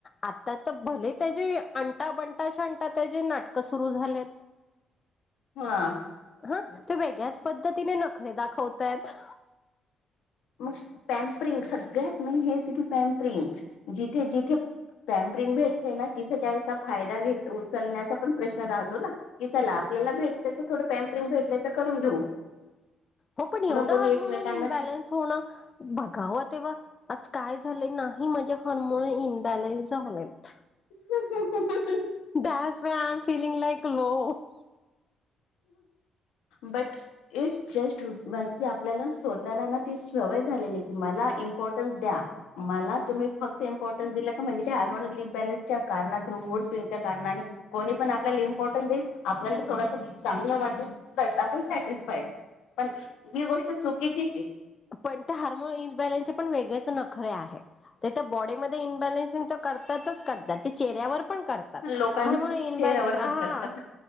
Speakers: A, on the left; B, on the left.
A: आता तर भले त्याची अंता बंता स्नाटा त्याची नाटक सुरू झालेत.
B: हा
A: हा ते वेगळ्याच पद्धतीने नखरे दाखवतात.
B: मग पॅम्परिंग सगळ्यात मेन हेच की पॅम्परिंग पॅम्परिंग जिथे जिथे पॅम्परिंग भेटते ना तिथे त्याचा फायदा उचलण्याचा पण प्रश्न राहतो. की चला आपल्याला भेटतोय. त्या थोडं पॅम्परिंग भेटल्याय तर करून घेऊ.
A: हो पण एवढं
B: कोणी
A: हार्मोन
B: एकमेकांना
A: इन इन बॅलेन्स होणं बघावा तेव्हा आज काय झालं नाही माझे हर्मन इन्बॅलन्स झालेत.
B: हाहाहा
A: that's why I am feeling like low <unintelligible> <unintelligible> O <unintelligible>
B: but it just आपल्याला स्वतःला ना ती सवय झालेली. तुम्हाला इम्पॉर्टन्स द्या. मला तुम्ही फक्त इम्पॉर्टन्स दिलं का म्हणजे हार्मोन लि बनसच्या मोड स्विंगच्या कारणाने कोणी पण आपल्याला इम्पॉर्टन्स देल आपल्याला थोडस चांगल <unintelligible> वाट बस आपण सटिस्फाई पण जी गोष्ट चुकीची
A: पण ते हार्मोन इबॅलन्स पण वेगळच नखरे आहे ते बॉडीमध्ये इन्बॅलन्सिंग तर करतातच करतात तेचेऱ्यावर पण करतात
B: आहे लोकांच्या
A: हार्मोन इन
B: चेहऱ्यावर
A: बॅलन्स
B: पण करतात.